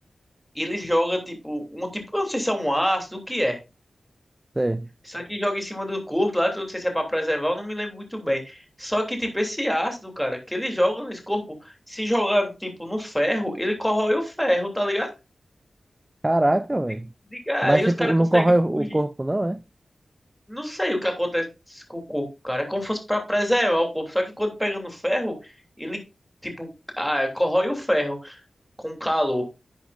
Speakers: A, in the centre; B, on the right.
A: E ele joga, tipo, um tipo, eu não sei se é um ácido, o que é.
B: Sei.
A: Só que joga em cima do corpo lá, eu não sei se é pra preservar, eu não me lembro muito bem. Só que, tipo, esse ácido, cara, que ele joga nesse corpo, se jogando, tipo, no ferro, ele corrói o ferro, tá ligado?
B: Caraca, velho.
A: Di- Diga,
B: Mas
A: aí
B: tipo,
A: os caras
B: não
A: conseguem
B: corrói o
A: fugir.
B: o corpo, não, é?
A: Não sei o que acontece com o corpo, cara. É como se fosse pra preservar o corpo. Só que quando pega no ferro, ele, tipo, ah, corrói o ferro com calor.